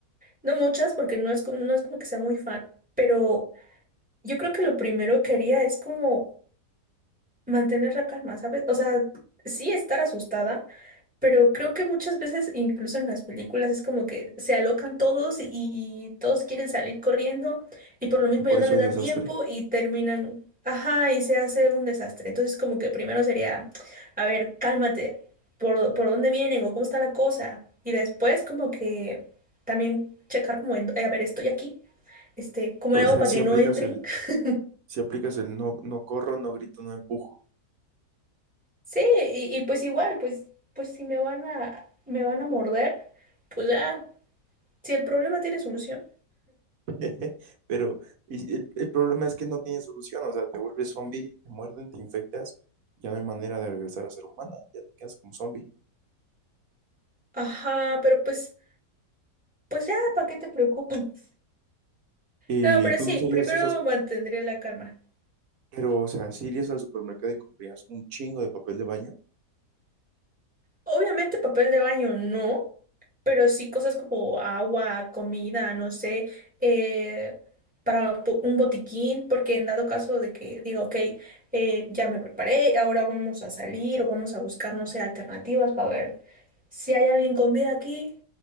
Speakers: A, in the centre; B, on the right.
A: no muchas porque no es, co- no es como que sea muy fan, pero yo creo que lo primero que haría es como mantener la calma, ¿sabes? O sea, sí estar asustada Pero creo que muchas veces, incluso en las películas, es como que se alocan todos y todos quieren salir corriendo y por lo mismo
B: Y por
A: ya no
B: eso
A: les
B: es
A: da
B: desastre.
A: tiempo y terminan, ajá, y se hace un desastre. Entonces como que primero sería, a ver, cálmate, ¿por, por dónde vienen o cómo está la cosa? Y después como que también checar como, en- a ver, estoy aquí, este, ¿cómo
B: O
A: le hago
B: sea,
A: para
B: si
A: que
B: aplicas
A: no entren?
B: el,
A: <laughs>
B: si aplicas el no, no corro, no grito, no empujo.
A: Sí, y, y pues igual, pues, pues si me van a, me van a morder, pues ya, si el problema tiene solución.
B: <laughs> Pero y el, el problema es que no tiene solución, o sea, te vuelves zombie, te muerden, te infectas, ya no hay manera de regresar a ser humana, ya te quedas como zombie.
A: Ajá, pero pues, pues ya, ¿para qué te preocupas?
B: Eh,
A: No, pero
B: ¿tú
A: sí,
B: no serías
A: primero
B: esas
A: mantendré la calma.
B: Pero, o sea, si irías al supermercado y comprarías un chingo de papel de baño.
A: Obviamente papel de baño no, pero sí cosas como agua, comida, no sé, eh, para bo- un botiquín, porque en dado caso de que diga, ok, eh, ya me preparé, ahora vamos a salir o vamos a buscar, no sé, alternativas para ver si hay alguien con vida aquí.